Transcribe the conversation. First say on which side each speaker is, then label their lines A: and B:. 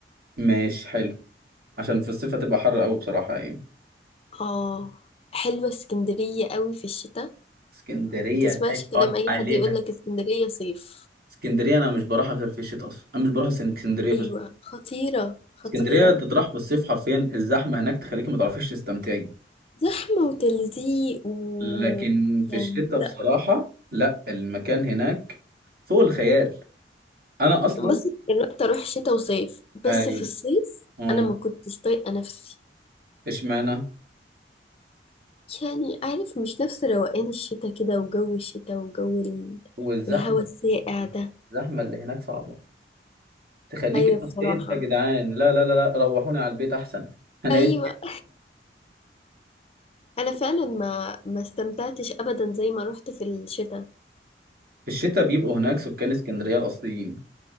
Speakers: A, on the right (about 55°); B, on the left (about 35°).
A: ماشي حلو عشان في الصيف هتبقى حر قوي بصراحة يعني
B: اه حلوة اسكندرية قوي في الشتاء
A: اسكندرية
B: ما تسمعش
A: لا يقال
B: كلام اي
A: عليها
B: حد يقولك اسكندرية صيف
A: اسكندرية انا مش بروحها غير في الشتاء اصلا انا مش بروح اسكن- اسكندرية
B: ايوه
A: في الشتاء
B: خطيرة خطيرة
A: اسكندرية تطرح في الصيف حرفيا الزحمة هناك تخليكي ما تعرفيش تستمتعي
B: زحمة وتلزيق و
A: لكن في
B: يعني
A: الشتاء
B: لا
A: بصراحة لا المكان هناك فوق الخيال انا اصلا
B: بس جربت اروح شتاء وصيف
A: اي
B: بس في الصيف
A: اه
B: انا ما كنتش طايقة نفسي
A: اشمعنى
B: يعني عارف مش نفس روقان الشتاء كده وجو الشتاء وجو ال-
A: والزحمة
B: الهوا الساقع ده
A: الزحمة اللي هناك صعبة تخليك
B: ايوه بصراحة
A: ايه ده يا جدعان لا لا لا لا روحوني على البيت احسن هنعيش
B: ايوه انا فعلا ما ما استمتعتش ابدا زي ما رحت في الشتاء
A: في الشتاء بيبقوا هناك سكان اسكندرية الأصليين